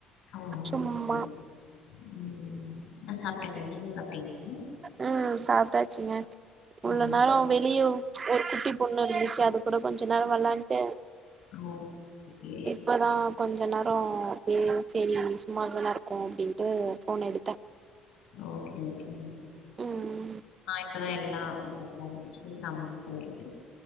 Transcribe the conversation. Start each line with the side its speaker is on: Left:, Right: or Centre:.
Left: ஓ
Right: சும்மா
Left: ஓ, சரி ம் நா சாப்டேங்க நீங்க சாப்ட்டீங்களா
Right: ம் சாப்ட்டாச்சுங்க இவ்ளோ
Left: ஓ
Right: நேரம் வெளிய ஒரு குட்டி பொண்ணு இருந்துச்சு அது கூட கொஞ்சொ நேரோ வெளாண்ட்டு
Left: ஓ ஓகே
Right: இப்பதா கொஞ்ச நேரோ அப்பியே சரி சும்மா தானே இருக்கோ அப்டின்ட்டு ஃபோன எடுத்தே
Left: ஓகே ஓகேங்க
Right: ம்
Left: நா இப்பதா எல்லா ஒர்க்குல்லா முடிச்சுட்டு சாமானு தொளக்கிட்டு